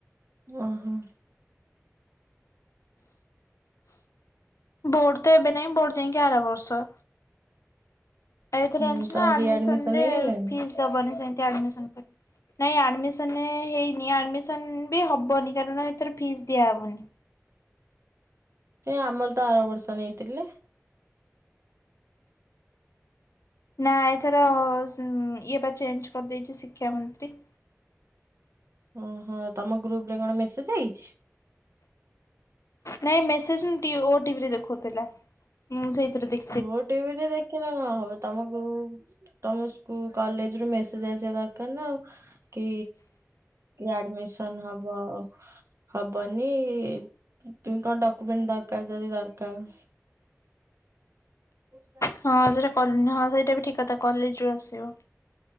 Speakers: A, on the right; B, on the left.
A: ଓହୋ।
B: ବୋର୍ଡ ତ ଏବେ ନାଇଁ ବୋର୍ଡ ଯାଇକି ଆର ବର୍ଷ। ଏଥିରେ
A: ହୁଁ
B: ଜଣିଛି
A: ତମ
B: ନା ଆଡମିସନ
A: ରିଆଡମିସନ
B: ରେ
A: ହେଇଗଲାଣି?
B: ଫିସ୍ ଦବନି, ସେମତି ଆଡମିସନ ପରେ ନାଇଁ ଆଡ଼ମିସନ ହେଇନି ଆଡମିସନ ବି ହବନି କାରଣ ଏଥର ଫିସ୍ ଦିଆହବନି।
A: କାଇଁ ଆମର ତ ଆର ବର୍ଷ ନେଇଥିଲେ।
B: ନା ଏଥର ଇଏ ବା ଚେଞ୍ଜ କରିଦେଇଛି ଶିକ୍ଷା ମନ୍ତ୍ରୀ।
A: ଓହୋ, ତମ ଗ୍ରୁପରେ କଣ ମେସେଜ ଆଇଛି?
B: ନାଇଁ ମେସେଜ <unintelligible> ଓ ଟିଭିରେ ଦେଖୁଥିଲା। ମୁଁ ଯାଇଥିଲି ଦେଖି।
A: ଓଟିଭିରେ ଦେଖେ। କିନ୍ତୁ, ତମ କୁ ତମ ସ୍କୁଲ କଲେଜରୁ ମେସେଜ୍ ଆସିବା ଦରକାରନା ଆଉ। କି ଆଡମିସନ୍ ହବ। ହବନି, ତୁ କଣ ଡକୁ୍ୟୁମେଣ୍ଟ ଦରକାର ଯଦି ଦରକାର? <inaudible>
B: ହଁ ସେଇଟା କନେହବ, ହଁ ସେଇଟାବି ଠିକ୍ କଥା କଲେଜରୁ ଆସିବ।